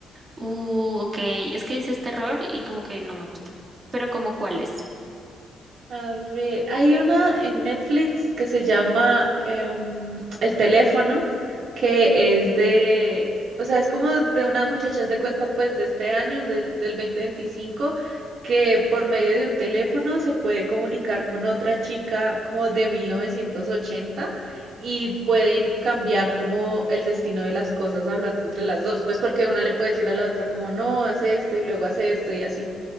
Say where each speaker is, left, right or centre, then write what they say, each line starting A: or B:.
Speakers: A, on the right; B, on the right.
A: Uh, ok. Es que dices terror y como que no me gusta. Pero como cuáles.
B: A ver, hay una en Netflix que se llama em, El teléfono, que es de, o sea, es como de una muchacha haz de cuenta pues de este año, del, del 2025 que por medio de un teléfono se puede comunicar con otra chica como de 1980 y pueden cambiar como el destino de las cosas hablando entre las dos, pues porque una le puede decir a la otra como no, hace esto y luego hace esto y así.